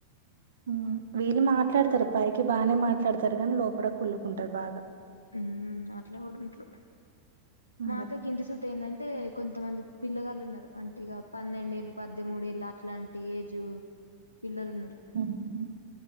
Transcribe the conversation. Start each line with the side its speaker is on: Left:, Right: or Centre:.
Right: ఉ, వీళ్ళు మాట్లాడతరు పైకి బానే మాట్లాడతారు కాని లోపల కుల్లుకుంటారు బాగా
Left: హు అట్లా కూడ్ ఉంట్రు మా
Right: అదే.
Left: అక్కకి ఇంటి చుట్టూ ఏందంటే కొంతమంది పిల్లగాల్లు ఉన్నారు, అంటే ఇగ పన్నెండేళ్ళు, పద్దెమూడెళ్ళ అట్లాంటి ఏజ్ పిల్లలున్నరు
Right: హ్మ్.